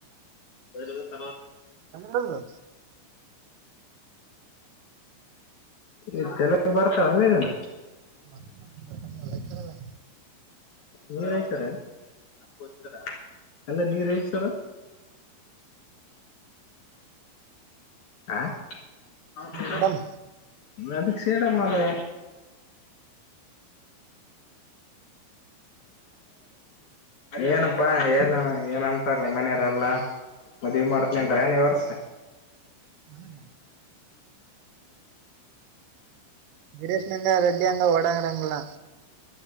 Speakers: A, on the left; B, on the right.
A: ಬರ ತರ್ವತ
B: ಅಲ್ಲ
A: ಇ ತಲ ಬರ್ತಾರ ಅಲ್ಲೇ ನಾನು
B: ಮತ್ತಲ್ಲಲ್ಲ
A: ನೀರತರ ಏ ಅಂದ ನೀ ಸರ ಆ ಹೌ ಕೆಸ
B: ಮೇಡಮ್
A: ಅದಕ್ಕೆ ಸೇಡ ಮಾಡದ ಏನಪ್ಪಾ ಏನ್ ಏನಂತಾರ ಮನೆಯರೆಲ್ಲಾ ಮದ್ವಿ ಮಾಡತ್ನನ್ರ ನೀ ವರ್ಸ
B: ನಾನು ಜ ಗರೇಶ್ನಂಗ ರೆಡ್ಟ್ಟಿಯ ಅಂಗ ಓಡಾಂಗಡಂಗಲ್ಲಾ